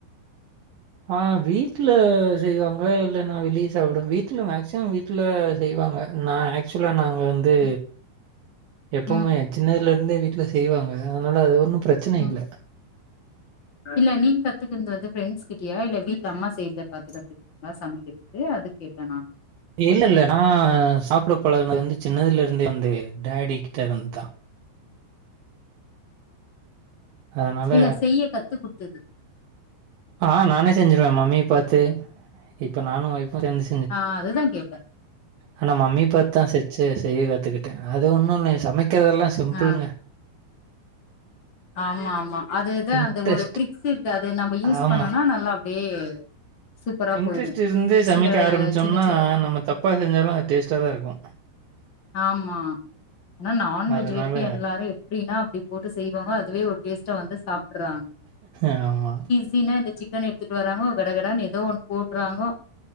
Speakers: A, on the right; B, on the left.
A: ஆ வீட்ல செய்வாங்க இல்லன்னா வெளிய சாப்டுவ வீட்ல மேக்சிமம் வீட்ல செய்வாங்க நா ஆக்சுவலா நாங்க வந்து
B: ம்
A: எப்பவுமே
B: ம்
A: சின்னதுல இருந்தே வீட்ல செய்வாங்க அதனால அது ஒன்னும் பிரச்சன
B: ம்
A: இல்ல
B: இல்ல நீங்கத்துக்குன்து வந்து ஃப்ரெண்ட்ஸ் கிட்டியா இல்ல வீட்ல அம்மா செய்றத பாத்துக்கத்து சமைக்கிறதுக்கு அது கேட்ட நானு
A: இல்லல்ல நா சாப்பிட பலகுனது வந்து சின்னதுல இருந்து வந்து டேடி கிட்ட இருந்துதா அதனால
B: இல்ல செய்ய கத்துகொடுத்தது
A: ஆ நானே செஞ்சிருவ மம்மிய பாத்து இப்ப நானு ஒய்ப்பு சேந்து
B: ஆ அதுதா கேட்ட
A: ஆனா மம்மிய பாத் தா சிச்சர் செய்ய கத்துக்கிட்ட அது ஒன்னு இல்ல சமைக்கிறதெல்லா சிம்பிள்ங்க
B: ஆ ஆமா ஆமா அதுதா
A: இன்ட்ரெஸ்ட்
B: அந்த ஒரு ட்ரிக்ஸ் இருக்கு அது நம்ப யூஸ்
A: ஆமா.
B: பண்ணோனா நல்லா அப்டியே சூப்பரா
A: இன்ட்ரெஸ்ட்
B: போயிடு
A: இருந்து சமைக்க
B: சில
A: ஆரம்பிச்சம்னா
B: சின்ன சின்ன
A: நம்ம தப்பா செஞ்சாலு அது டேஸ்ட்டா தா இருக்கு
B: ஆமா ஆனா நான்வெஜ்
A: அதனால
B: வரிக்கு எல்லாரு எப்டின்னா அப்டி போட்டு செய்வாங்க அதுவே ஒரு டேஸ்ட்டா வந்து சாப்ட்றாங்க
A: ஆமா
B: ஜீனா இந்த சிக்கன் எடுத்துட் வராங்கோ கடகடன்னு ஏதோ ஒன்னு போட்றாங்கோ